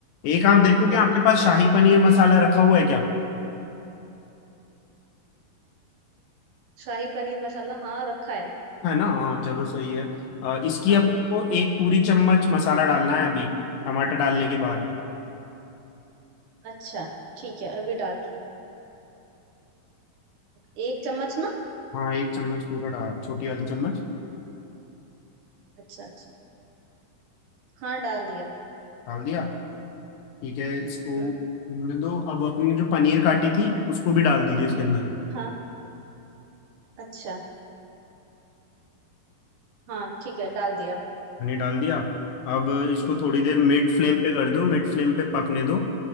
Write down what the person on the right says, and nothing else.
ओके
शाही पनीर मसाला हाँ रखा है
हाँ
अच्छा ठीक है अभी डाल दिया एक चम्मच ना
अच्छा अच्छा हाँ डाल दिया
हम्म
हाँ अच्छा हाँ ठीक है डाल दिया
हाँ